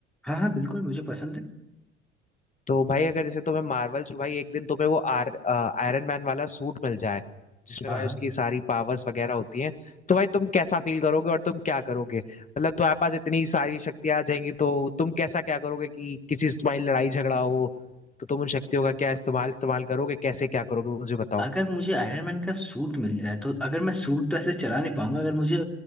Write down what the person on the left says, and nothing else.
तो भाई अगर जैसे तुम्हें मार्वल्स में भाई एक दिन तुम्हें वो आर आयरन मैन वाला सूट मिल जाए जिसमें
भाई
उसकी सारी पावर्स वगैरह होती हैं तो भाई तुम कैसा फील करोगे और तुम क्या करोगे मतलब तुम्हारे पास इतनी सारी शक्तियां आ जाएंगी तो तुम कैसा क्या करोगे कि किसी से तुम्हारी लड़ाई झगड़ा हो तो तुम उन शक्तियों का क्या इस्तेमाल इस्तेमाल करोगे कैसे क्या करोगे वो मुझे बताओ